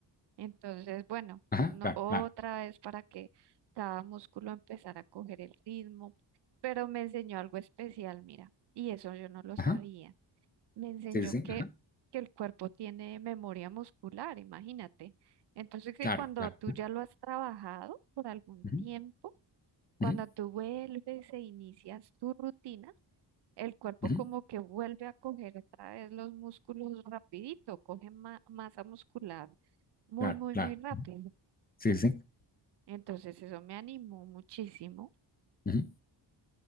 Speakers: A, on the right; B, on the left.
A: Entonces, bueno,
B: ajá,
A: no,
B: claro,
A: otra
B: claro.
A: vez para que cada músculo empezara a coger el ritmo, pero me enseñó algo especial, mira, y eso yo no lo sabía
B: Ajá,
A: me enseñó
B: sí, sí,
A: que,
B: sí, ajá,
A: que el cuerpo tiene memoria muscular, imagínate. Entonces que
B: claro,
A: cuando
B: claro.
A: tú ya lo has trabajado por algún
B: Ujú,
A: tiempo, cuando
B: ujú,
A: tú vuelves e inicias tu rutina, el cuerpo
B: ujú,
A: como que vuelve a coger otra vez los músculos rapidito, coge ma- masa muscular muy,
B: claro,
A: muy,
B: claro,
A: muy rápido.
B: sí, sí, sí,
A: Entonces eso me animó muchísimo.
B: ujú,